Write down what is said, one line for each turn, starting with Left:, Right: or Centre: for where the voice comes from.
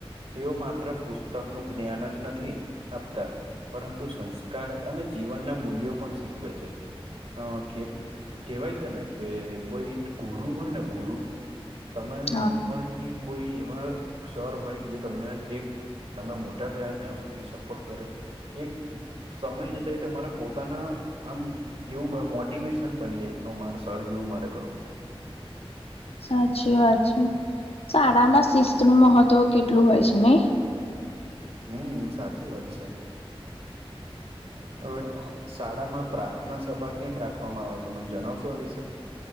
Right: તેઓ માત્ર પુસ્તકનું જ્ઞાન જ નથી આપતા. પરંતુ સંસ્કાર અને જીવનના મૂલ્યો પણ શીખવે છે. અ કે કેવાય છે ને કે કોઈ ગુરુ હોય ને ગુરુ. તમે નાનપણથી
Left: હા
Right: કોઈ એવા સર હોય જે તમને ઠેક તમે મોટા થયા ત્યાં સુધી સપોર્ટ કરે. એક સમય જતા એ તમારા પોતાના આમ એવું મોટિવેશન બની જાય છે મારે સર જેવું મારે કરવું છે.
Left: સાચી વાત છે શાળામાં શિસ્ત નું મહત્વ કેટલું હોય છે નઈ.
Right: હમ્મ સાચી વાત છે. હવે શાળામાં પ્રાર્થના સભા કેમ રાખવામાં આવે છે મને જણાવશો આ વિશે.